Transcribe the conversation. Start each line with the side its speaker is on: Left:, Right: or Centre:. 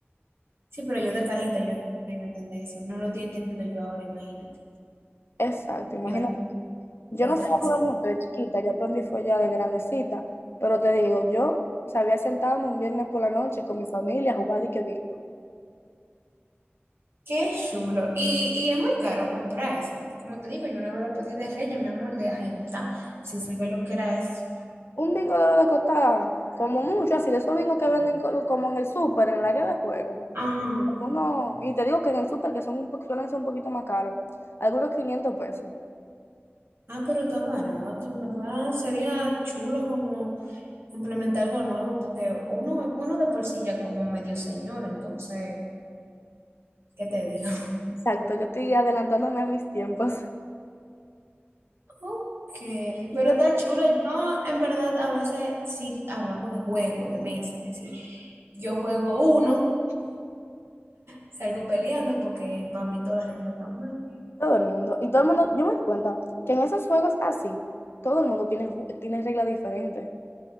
Right: Sí, pero yo de carajita yo no iba a entender eso. No lo estoy entendiendo yo ahora, imagínate.
Left: Exacto, imagínate.
Right: Iba a ser un
Left: Yo
Right: poco
Left: no
Right: difícil.
Left: sabía jugar mucho de chiquita, yo aprendí fue ya de grandecita, pero te digo, yo sabía sentarme un viernes por la noche con mi familia a jugar y que bingo.
Right: Qué chulo. Y, y es muy caro comprar eso, porque como te digo, yo una vez lo pedí de Reyes, mi amor, de agenda, sin saber lo que era eso.
Left: Un bingo de lo de costar como mucho, así de esos bingos que venden co- como en el súper, en el área de juego.
Right: Ajá.
Left: Algunos, y te digo que en el súper, que son un, po- suelen ser un poquito más caros, algunos quinientos pesos.
Right: Ah, pero está barato, en verdad. Sería chulo como implementar algo nuevo, porque uno, uno de por sí ya como medio señor, entonces, ¿qué te digo?
Left: Exacto, yo estoy adelantándome a mis tiempos. <laughs>
Right: <laughs> Ok,
Left: Y
Right: pero
Left: que
Right: está chulo. Yo, en verdad, a veces sí hablamos de juego, de mesa, y así. Yo juego uno, salgo peleando porque para mí todas las reglas están mal.
Left: todo el mundo, y todo el mundo, yo me doy cuenta que en esos juegos así, todo el mundo tiene, ju- tiene reglas diferentes.